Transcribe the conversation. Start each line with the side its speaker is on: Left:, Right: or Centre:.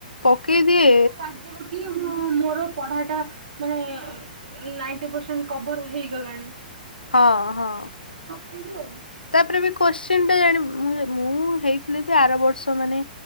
Left: ପକେଇ ଦିଏ।
Right: ଆସିବ କି? ହଁ ମୋର ପଢା ଟା ମାନେ ନାଇଣ୍ଟି ପରସେଣ୍ଟ କଭର ହେଇଗଲାଣି।
Left: ଆ ହଁ ହଁ।
Right: ଥାପିବୁ ଆଉ।
Left: ତାପରେ ବି କୋଶ୍ଚିନ୍ ଟା ଜାଣ ମୁ ମୁଁ ହେଇଥିଲି ବି ଆର ବର୍ଷ ମାନେ